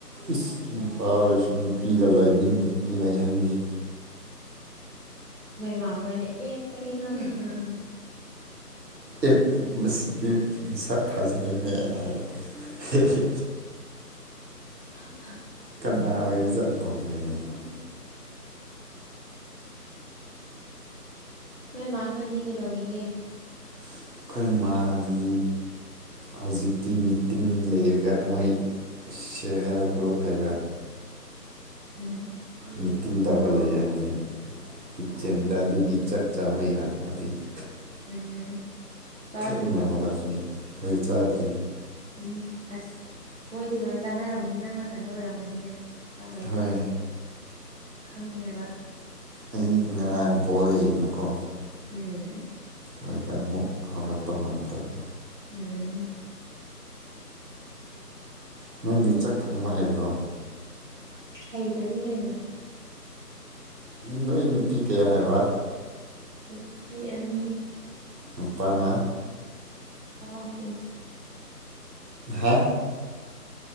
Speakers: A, on the right; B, on the right.
A: ꯏꯁ ꯅꯨꯄꯥ ꯑꯣꯏꯔꯁꯨ ꯅꯨꯄꯤꯒ ꯂꯩꯃꯤꯟ ꯂꯩꯍꯟꯒꯤ
B: ꯅꯣꯏ ꯃꯥꯈꯣꯏꯅ ꯑꯦ ꯀꯔꯤꯅꯣ ꯍꯥ ꯑ
A: ꯑꯦ ꯃꯁꯤꯁꯤꯗꯤ ꯃꯁꯛ ꯐꯖꯩꯅꯦ ꯍꯥꯏꯔ ꯍꯦ ꯍꯦ
B: ꯍꯥ
A: ꯀꯥꯅ ꯑꯣꯏꯔꯖꯥꯠꯅꯣ ꯍꯥꯢꯅꯤ ꯍꯥꯢꯕꯅꯦ
B: ꯅꯣꯏꯃꯥꯈꯣꯏꯗꯤ ꯀꯩꯗꯧꯔꯤꯒꯦ
A: ꯑꯩꯈꯣꯏ ꯃꯥꯗꯤ ꯍꯧꯖꯤꯛꯇꯤ ꯃꯤꯇꯤꯡ ꯂꯩꯔꯒ ꯃꯣꯏ ꯁꯦꯜꯐ ꯍꯦꯜꯞ ꯒ꯭ꯔꯨꯞ ꯍꯥꯏꯕ꯭ꯔꯥ
B: ꯎꯝ
A: ꯃꯤꯇꯤꯡ ꯇꯧꯔꯒ
B: ꯑꯣ
A: ꯂꯩꯌꯦ ꯍꯧꯖꯤꯛ ꯀꯤꯠꯆꯦꯟꯗ
B: ꯎꯝ
A: ꯑꯗꯨꯒꯤ ꯆꯥꯛ ꯆꯥꯕ ꯌꯥꯗꯕ ꯑꯩꯅ
B: ꯎꯝ ꯆꯥꯗ꯭ꯔꯤꯕꯣ
A: ꯊꯦꯡꯅ ꯍꯒꯠꯄꯅꯤ ꯍꯣꯏ ꯆꯥꯗ꯭ꯔꯤ
B: ꯎꯝ ꯑꯁ ꯃꯣꯏꯗꯤ ꯂꯣꯏ ꯆꯥꯟꯅꯔꯝꯃꯅꯤ ꯅꯪ ꯃꯊꯟꯇ ꯑꯣꯏꯔꯝꯃꯅꯤꯅꯦ ꯁꯥꯥꯗꯝꯗꯝꯅ
A: ꯍꯣꯏ
B: ꯈꯪꯉꯦꯕ
A: ꯑꯩ ꯉꯔꯥꯡ ꯕꯣꯜ ꯌꯦꯡꯕꯀꯣ
B: ꯎꯝ
A: ꯑꯗꯨꯗ ꯑꯃꯨꯛ ꯍꯧꯒꯠꯄ ꯉꯝꯗꯕ
B: ꯎꯝ
A: ꯅꯪꯗꯤ ꯆꯥꯛ ꯊꯣꯡꯕ ꯍꯥꯏꯕ꯭ꯔꯣ
B: ꯍꯩꯇꯗꯤ ꯀꯩꯅꯣ
A: ꯅꯣꯏ ꯅꯨꯄꯤ ꯀꯌꯥ ꯍꯥꯏꯕ
B: ꯅꯨꯄꯤ ꯑꯅꯤ
A: ꯅꯨꯄꯥꯅ
B: ꯄꯥ ꯑꯍꯨꯝ
A: ꯍꯥ